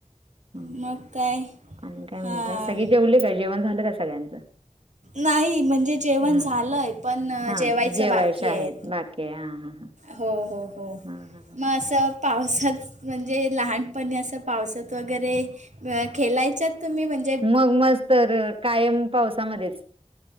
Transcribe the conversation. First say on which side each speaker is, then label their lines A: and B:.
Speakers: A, on the right (about 50°); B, on the right (about 90°).
A: हम,
B: मग काय?
A: आणि काय म्हणताय
B: हां
A: सगळे जेवले काय जेवण झालं का सगळ्यांचं.
B: नाही म्हणजे जेवण
A: हा
B: झालंय पण
A: हा
B: जेवायचं
A: जेवायचे
B: बाकी
A: आहेत
B: आहे.
A: बाकी आहे हा हा
B: हो हो हो
A: हा हा हा
B: मग असं
A: ह
B: पावसात म्हणजे लहानपणी असं पावसात वगैरे खेलायच्या तुम्ही म्हण.
A: मग मस् तर कायम पावसामध्येच